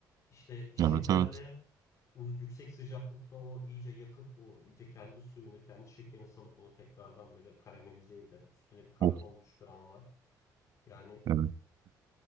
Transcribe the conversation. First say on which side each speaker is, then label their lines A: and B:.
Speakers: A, on the left (about 45°); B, on the right (about 55°).
A: İşte şekerle
B: Evet evet.
A: uz- yüksek sıcaklıkta o iyice yakıp o iyice kendi suyunu, kendi şekerini salıp onu tekrardan böyle karamelize eden, üstüne bir katman
B: Of
A: oluşturan var. Yani
B: evet.